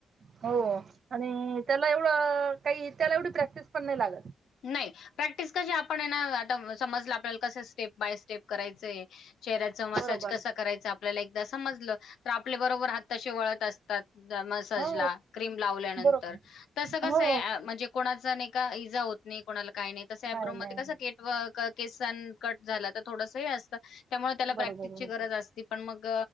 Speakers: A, on the right; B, on the left.
A: हो आणि त्यांला एवढं कांहीं त्यांला एवढी प्रॅक्टिस पणं नाहीं लागतं.
B: नाहीं प्रॅक्टिस कशी आपणं आहे नां आंता समजलं आपल्याला कसे स्टेप करायचे. बांय स्टेप करायचंय चेहऱ्याचं मसांज
A: बरोबर
B: कसां करायचं आपल्याला एकदाचं समजलं. तरं आपल्या बरोबर हात तसे वळतं असतांत मसांजला
A: हो
B: क्रीम लावल्यानंतर.
A: बरोबर
B: तसं कसं
A: हो
B: आहे म्हणजे कोणाचं नाहीं कां इजां होतं नाहीं कोणांला कायं नाहीं तसं आयब्रो
A: नाही नाही
B: तसं
A: नाही
B: एक. केसांना कंट झालं तरं थोडसं असतं त्यांमुळे त्यांला प्रॅक्टिसची
A: बरोबर बरोबर
B: गरजं असती. पणं मंग